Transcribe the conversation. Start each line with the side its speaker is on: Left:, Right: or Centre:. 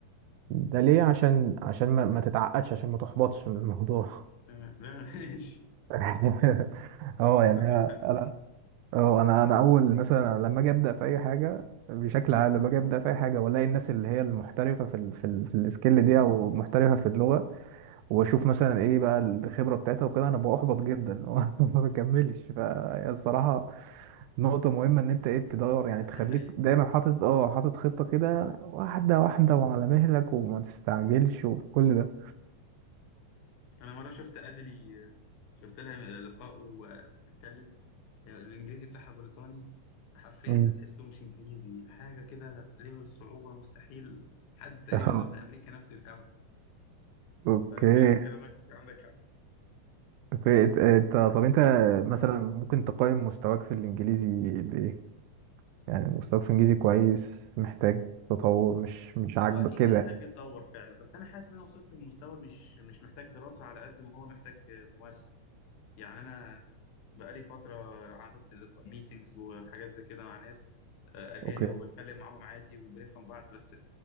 Right: ده ليه عشان عشان ما, ما تتعقدش عشان ما تحبطش من الموضوع
Left: آه، تمام لا <laughs> ماشي
Right: <laughs> اه يعني
Left: عندك
Right: انا
Left: حق
Right: انا اه انا انا اول مثلا لما اجي ابدا في اي حاجه بشكل عام لما اجي ابدا في اي حاجه والاقي الناس اللي هي المحترفه في ال في, ال في السكيل دي او محترفه في اللغه واشوف مثلا ايه بقى الخبره بتاعتها وكده انا ببقى احبط جدا <laughs> ما بكملش فهي الصراحه نقطه مهمه ان انت ايه تدور يعني
Left: لا
Right: تخليك
Left: دي حقيقة
Right: دايما حاطط اه حاطط خطه كده واحده واحده وعلى مهلك وما تستعجلش وكل ده
Left: انا مره شفت ادلي شفت لها لقاء وبتتكلم يعني الانجليزي بتاعها بريطاني حرفيا
Right: مم.
Left: ده تحسه مش انجليزي حاجه كده ليفل صعوبه مستحيل حد تقريبا
Right: <laughs>
Left: لو من امريكا نفسه يفهمها
Right: اوكي
Left: فعلا كلامك عندك حق
Right: اوكي انت انت- طب انت مثلا ممكن تقيم مستواك في الانجليزي بايه يعني مستواك في الانجليزي كويس محتاج تطور مش مش عاجبك
Left: هو اكيد
Right: كده
Left: يحتاج
Right: يعني.
Left: يتطور فعلا بس انا حاسس ان انا وصلت لمستوى مش مش محتاج دراسه على قد ما هو محتاج ممارسه يعني انا بقالي فتره عملت ميتينجز وحاجات زي كده مع ناس آه، اجانب
Right: اوكي
Left: وبتكلم معاهم عادي وبنفهم بعض بس